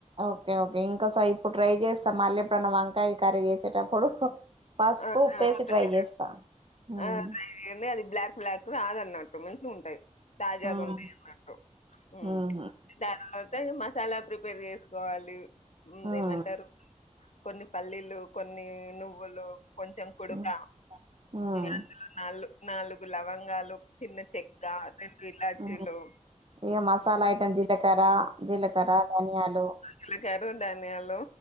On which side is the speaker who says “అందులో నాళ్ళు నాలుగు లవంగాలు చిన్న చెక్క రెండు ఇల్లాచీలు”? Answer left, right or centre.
Left